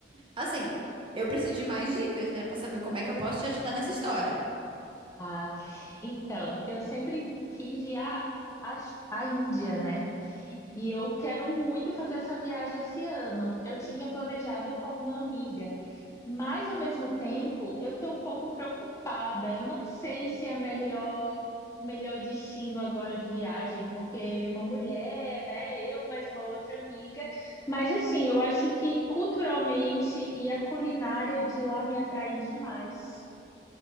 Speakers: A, on the right; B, on the left.
A: Assim, eu preciso de mais dicas, né, Pra saber como é que eu posso te ajudar nessa história.
B: Ah, então, eu sempre quis ir à, à, à Índia, né? E eu quero muito fazer essa viagem esse ano. Eu tinha planejado com uma amiga. Mas, ao mesmo tempo, eu estou um pouco preocupada. Eu não sei se é a melhor, o melhor destino agora de viagem, porque uma mulher, né? Eu mais uma outra amiga. Mas, assim, eu acho que culturalmente e a culinária de lá me atrai demais.